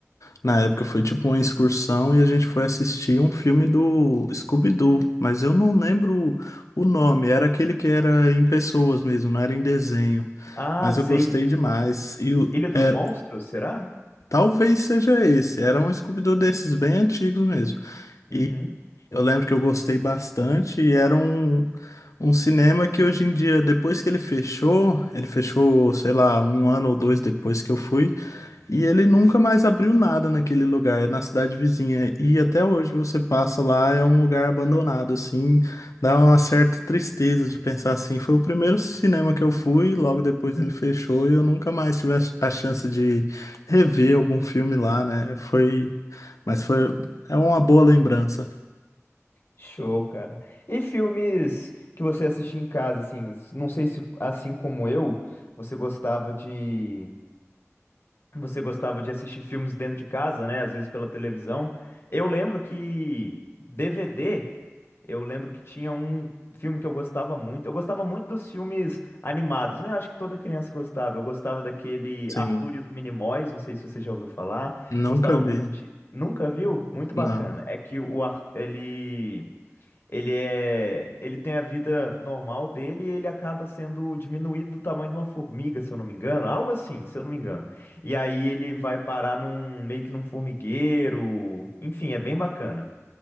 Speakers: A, on the left; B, on the left.
A: Na época foi tipo uma excursão e a gente foi assistir um filme do Scooby-Doo, mas eu não lembro o nome. Era aquele que era em pessoas mesmo, não era em desenho.
B: Ah,
A: Mas
B: sei.
A: eu gostei demais. E o-
B: Ilha dos
A: era-
B: Monstros, será?
A: talvez seja esse. Era um Scooby-Doo desses bem antigos mesmo.
B: Uhum.
A: E eu lembro que eu gostei bastante e era um um cinema que hoje em dia, depois que ele fechou, ele fechou, sei lá, um ano ou dois depois que eu fui, e ele nunca mais abriu nada naquele lugar, é na cidade vizinha. E até hoje você passa lá, é um lugar abandonado, assim, dá uma certa tristeza de pensar assim. Foi o primeiro cinema que eu fui, logo depois
B: <laughs>
A: ele fechou, e eu nunca mais tive a a chance de rever algum filme lá, né? Foi, mas foi, é uma boa lembrança,
B: Show, cara. E filmes que você assistia em casa, assim, não sei se, assim como eu, você gostava de... Você gostava de assistir filmes dentro de casa, né? Às vezes pela televisão. Eu lembro que DVD, eu lembro que tinha um filme que eu gostava muito. Eu gostava muito dos filmes animados, né? Eu acho que toda criança gostava. Eu gostava daquele
A: sim.
B: Arthur e os Minimóis, não sei se você já ouviu falar.
A: Nunca
B: Gostava
A: vi,
B: muito de. Nunca viu? Muito
A: não.
B: bacana. É que o Ar... ele ele é, ele tem a vida normal dele e ele acaba sendo diminuído do tamanho de uma formiga, se eu não me engano, algo assim, se eu não me engano. E aí ele vai parar num meio que num formigueiro, enfim, é bem bacana.